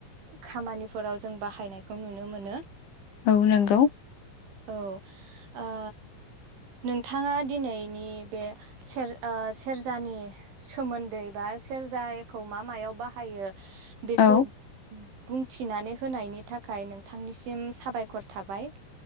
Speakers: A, on the right; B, on the left.
A: खामानिफोराव जों बाहायनायखौ नुनो मोनो
B: औ नंगौ
A: औ ओ नोंथाङा दिनैनि बे सेर ओ सेरजानि नि सोमोन्दै बा सेरजाखौ मा मायाव बाहायो बेखौ
B: औ
A: बुंथिनानै होनायनि थाखाय नोंथांनिसिम साबायखर थाबाय